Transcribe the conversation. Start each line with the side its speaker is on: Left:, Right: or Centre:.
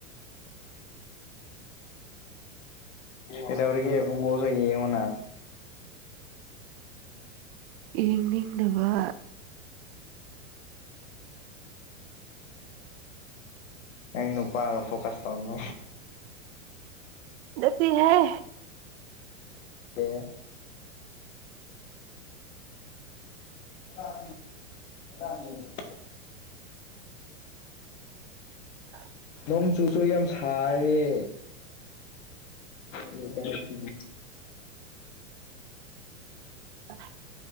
Left: ꯀꯩꯗꯧꯔꯤꯒꯦ ꯕꯨꯕꯣꯜꯁꯨ ꯌꯦꯡꯉꯣꯅꯥ
Right: ꯌꯦꯡꯅꯤꯡꯅꯕ
Left: ꯑꯩ ꯅꯨꯄꯥꯗ ꯐꯣꯀꯁ ꯇꯧꯅꯨ
Right: ꯅꯠꯇꯦꯍꯦ
Left: ꯀꯦ <unintelligible>
Right: <inaudible>
Left: ꯅꯣꯡ ꯆꯨꯁꯨ ꯌꯥꯝ ꯁꯥꯌꯦ ꯑꯦꯗꯥꯏ ꯁꯤꯗꯤ
Right: ꯑꯣꯂꯦ